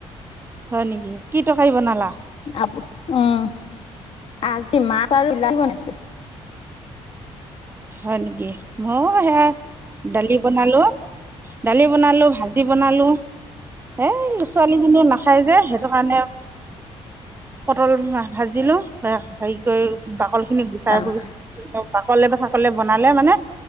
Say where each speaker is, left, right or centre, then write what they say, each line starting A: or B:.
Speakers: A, on the right; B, on the left.
A: হয় নেকি? কি টৰকাৰী বনালা?
B: আপ উম, আজি মাছ আৰু বিলাহী বনাইছোঁ।
A: হয় নেকি? মই সেয়া দালি বনালোঁ। দালি বনালোঁ, ভাজি বনালঁ, সেই লচ ছোৱালীজনীয়ে নাখাই যে সেইটো কাৰণে পটল ভাজিলো‍ঁ হেৰি কৰি বাকল খিনি গুচাই
B: অ'
A: কৰিছোঁ। বাকলে বা চাকলে বনালে মানে